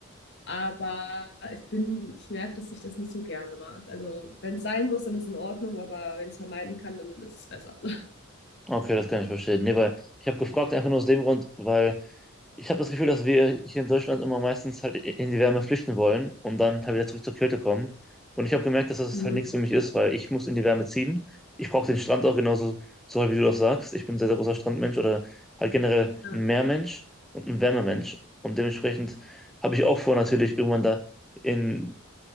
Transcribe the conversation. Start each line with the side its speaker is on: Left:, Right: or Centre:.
Left: Aber ich bin, ich merke, dass ich das nicht so gerne mag. Also wenn es sein muss, dann ist es in Ordnung, aber wenn ich es vermeiden kann, dann ist es besser. <laughs>
Centre: Okay, das kann ich verstehen. Nee, weil ich habe gefragt einfach nur aus dem Grund, weil ich habe das Gefühl, dass wir hier in Deutschland immer meistens halt in die Wärme flüchten wollen und dann halt wieder zurück zur Kälte kommen. Und ich habe gemerkt, dass das
Left: Mhm.
Centre: halt nichts für mich ist, weil ich muss in die Wärme ziehen. Ich brauche den Strand auch genauso, so halt wie du das sagst. Ich bin ein sehr, sehr großer Strandmensch oder halt generell
Left: Ja.
Centre: ein Meermensch und ein Wärmemensch. Und dementsprechend habe ich auch vor, natürlich irgendwann da in